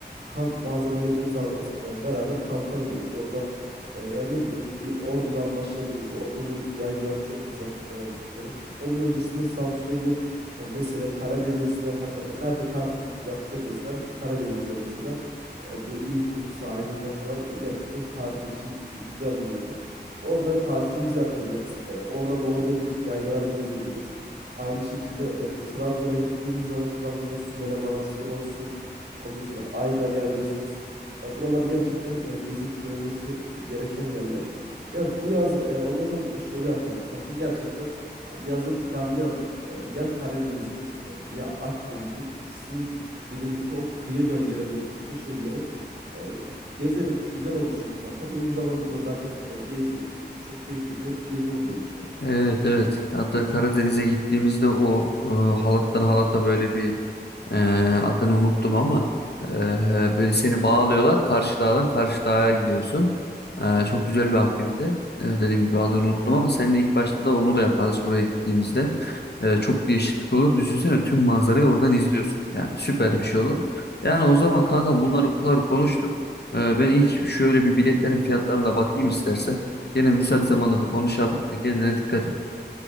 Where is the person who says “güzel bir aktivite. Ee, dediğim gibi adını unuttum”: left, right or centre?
Left